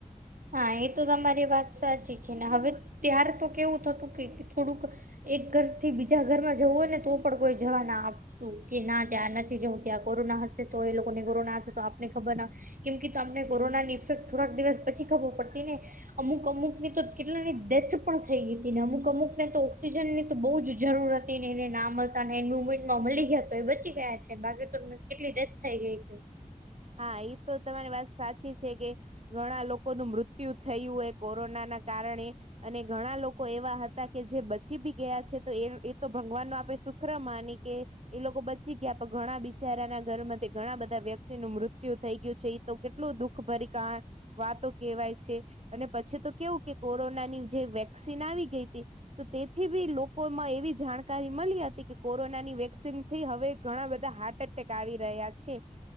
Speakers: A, on the right (about 80°); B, on the right (about 50°).
A: હા એતો તમારી વાત સાચી છે, ને હવે ત્યાર તો કેવું થતું કે થોડુંક એક ઘર થી બીજા ઘરમાં જવું હોય ને તો પણ કોઈ જવા ના આપ તું કે ના ત્યાં નથી જઉ ત્યાં કોરોના હશે તો એ લોકોને કોરોના હશે તો આપને ખબર ના કેમ કે તમને કોરોનાની ઇફેક્ટ થોડાક દિવસ પછી ખબર પડતી ને અમુક અમુક નીતો કેટલાની ડેથ પણ થઈ ગઈ હતી ને અમુક અમુક ને તો ઓક્સિજનની તો બહુ જ જરૂરત તે એને ના મળતા ને એન્ડ મુમેન્ટ માં એ મલી ગયા તો એ બચી ગયા છે, બાકી તો એમને કેટલી ડેથ થઇ ગઈ છે.
B: હા, ઈ તો તમારી વાત સાચી છે કે ઘણા લોકોનું મૃત્યુ થયું હોય કોરોના ના કારણે અને ઘણા લોકો એવા હતા કે જે બચી ભી ગયા છે, તો એ એતો ભગવાન ન આપે સુખ, ખરા માની કે એ લોકો બચી ગયા પણ ઘણા બિચારાના ઘર માં તે ઘણા બધા વ્યક્તિનું મૃત્યુ, મૃત્યુ થઈ ગયું છે, એ તો કેટલું દુખ ભરી કા. વાતો કેવાય છે, અને પછી તો કેવું કે કોરોનાની, જે વેક્સિન આવી ગઈ હતી તો તેથી ભી લોકોમાં એવી જાણકારી મળી હતી કે, કોરોનાની વેક્સિનથી હવે ઘણા બધા હાર્ટ એટેક આવી રહ્યા છે,